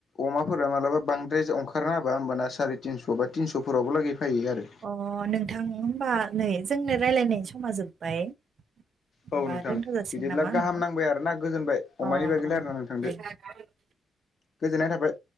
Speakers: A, on the left; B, on the right.
A: अमाफोरा मालाबा बांद्राय अंखार ओंखारना होबा होनबा सारि थिनस' बा तिनस'फोरावबो लागै फैयो आरो।
B: अ नोंथां होमबा नै जोंनो रायजलायनाय समा जोब्बाय। होमबा
A: औ नोंथां
B: दोनथ' जासिगोन
A: बिदिब्ला
B: नामा
A: गाहाम
B: नोंथां
A: नांबाय आरोना गोजोनबाय अमानि
B: अ अ
A: बागै रायलायना नोंथांदो
B: दे <inaudible>
A: गोजोननाय थाबाय